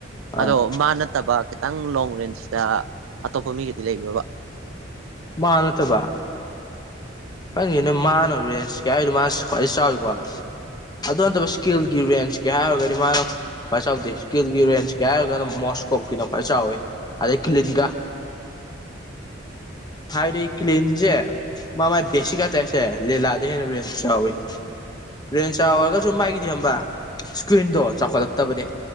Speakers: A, on the left; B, on the right.
A: ꯑꯥ
B: ꯑꯗꯣ ꯃꯥ ꯅꯠꯇꯕ ꯈꯤꯇꯪ ꯂꯣꯡ ꯔꯦꯟꯖꯇ ꯑꯇꯣꯞꯄ ꯃꯤꯒꯗꯤ ꯂꯩꯕ꯭ꯔꯕ
A: ꯃꯥ ꯅꯠꯇꯕ ꯈꯪꯁꯤꯅ ꯃꯥꯅ ꯔꯦꯟꯁ ꯀꯌꯥꯗꯣ ꯃꯥꯁꯨ ꯈ꯭ꯋꯥꯏ ꯆꯥꯎꯏꯤꯀꯣ ꯑꯗꯨ ꯅꯠꯇꯕ ꯏꯁꯀꯤꯜꯒꯤ ꯔꯦꯟꯁ ꯀꯦ ꯍꯥꯏꯔꯒꯗꯤ ꯃꯥꯅ ꯀꯃꯥꯏ ꯆꯥꯎꯗꯦ ꯏꯁꯀꯤꯜꯒꯤ ꯔꯦꯟꯁ ꯀꯦ ꯍꯥꯏꯔꯒꯅ ꯃꯣꯁ ꯀꯣꯝ ꯀ ꯅꯈꯥꯏ ꯆꯥꯎꯋꯦ ꯑꯗꯩ ꯀꯂꯤꯟꯒꯥ ꯍꯥꯏꯥꯏꯔꯤ ꯀꯂꯤꯟꯖꯦ ꯃꯥ ꯃꯥꯏ ꯕꯦꯁꯤꯒ ꯇꯥꯏꯁꯦ ꯂꯤꯂꯥꯗ ꯍꯦꯟꯅ ꯌꯥꯝ ꯆꯥꯎꯋꯤ ꯔꯦꯟꯖ ꯆꯥꯎꯔꯒꯁꯨ ꯃꯥꯒꯤꯗꯤ ꯍꯕ ꯏꯁꯀ꯭ꯔꯤꯟꯗꯣ ꯆꯥꯎꯈꯠꯂꯛꯇꯕꯅꯦ